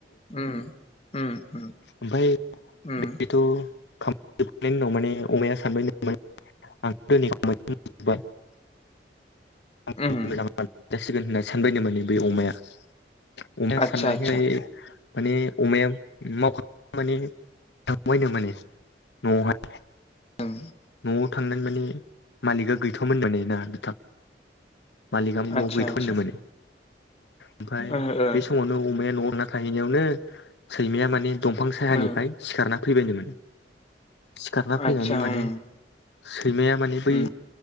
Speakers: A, on the left; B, on the left.
A: उम उम उम
B: ओमफाय
A: उम
B: बेथ' <unintelligible> उनाव माने अमाया सानबाय नो माने <unintelligible>
A: उम
B: <unintelligible> जासिगोन होनना सानबायनो माने बे अमाया अमाया
A: आदसा
B: साननायखाय
A: आदसा
B: माने अमाया मावख माने थांबायनो माने न'आवहाय
A: उम
B: न'आव थांनानै माने मालिकआ गैथ'वामोन ना बिथां मालिकावानि न'आव
A: आदसा
B: गैथ'
A: आदसा
B: होननो मोने ओमफाय
A: ओ ओ
B: बे समावनो अमाया न'आव थांना थैहैनायावनो सैमाया माने दंफां सायानिफ्राय
A: ओ
B: सिखारना फैबायनो माने सिखारना फैनानै
A: आदसा
B: माने
A: उम
B: सैमाया माने बै
A: उम